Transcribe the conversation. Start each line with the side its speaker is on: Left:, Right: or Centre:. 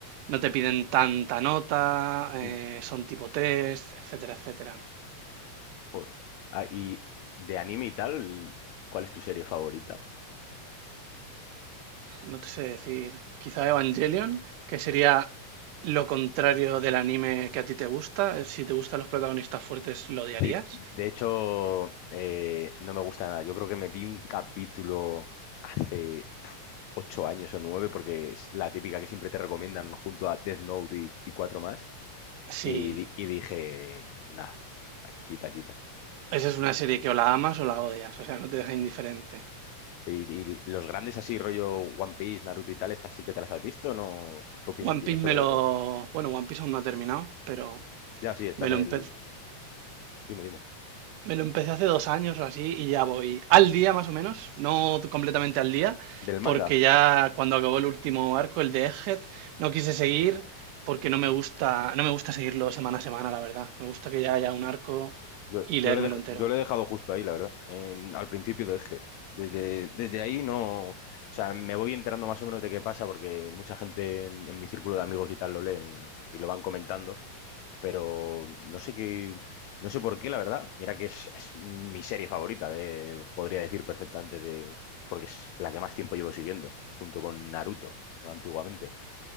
Right: no te piden tanta nota, eh,
Left: Mm,
Right: son tipo test, etcétera, etcétera.
Left: joder. Ah, y de anime y tal, ¿cuál es tu serie favorita?
Right: no te sé decir, quizá Evangelion, que sería lo contrario del anime que a ti te gusta. Si te gustan los protagonistas fuertes, ¿lo odiarías?
Left: Sí, de hecho, eh, no me gusta nada. Yo creo que me vi un capítulo hace ocho años o nueve, porque es la típica que siempre te recomiendan junto a Death Note y, y cuatro más.
Right: Sí.
Left: Y, di- y dije, nada, quita, quita.
Right: Esa es una serie que o la amas o la odias, o sea, no te deja indiferente.
Left: Y, y los grandes así, rollo One Piece, Naruto y tal, estas sí que te las has visto, ¿no? ¿Qué opinión
Right: One
Left: tienes
Right: Piece
Left: sobre
Right: me lo...
Left: ellas?
Right: Bueno, One Piece aún no ha terminado, pero
Left: Ya, sí, están
Right: me lo,
Left: en
Right: empe-
Left: el... Dime, dime.
Right: Me lo empecé hace dos años o así y ya voy al día más o menos, no completamente al día,
Left: ¿Del manga?
Right: porque ya cuando acabó el último arco, el de Egghead, no quise seguir porque no me gusta, no me gusta seguirlo semana a semana, la verdad. Me gusta que ya haya un arco
Left: Yo,
Right: y
Left: yo
Right: leérmelo
Left: le he dej-
Right: entero.
Left: yo le he dejado justo ahí, la verdad. En- al principio dejé. Desde, desde ahí no. O sea, me voy enterando más o menos de qué pasa, porque mucha gente en, en mi círculo de amigos y tal lo leen y, y lo van comentando. Pero no sé qué. No sé por qué, la verdad. Mira que es, es mi serie favorita, de, podría decir perfectamente, de, porque es la que más tiempo llevo siguiendo, junto con Naruto, antiguamente.